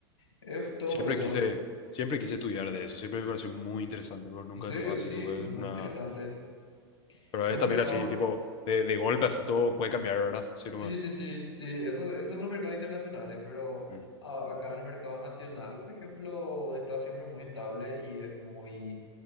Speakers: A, on the left (about 80°); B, on the left (about 40°).
A: Es todo
B: Siempre
A: eso.
B: quise, siempre quise estudiar de eso, siempre me pareció muy interesante, pero nunca
A: En serio,
B: nomás
A: sí,
B: así tuve
A: muy
B: una...
A: interesante.
B: Pero
A: Es
B: es
A: un
B: también
A: mercado.
B: así, tipo, de, de golpe así todo puede cambiar, ¿verdad? Sí, no
A: Sí, sí, sí, sí. Esos, esos son los mercados internacionales, pero
B: me- Mm.
A: ah, acá en el mercado nacional, por ejemplo, está siempre muy estable y es muy.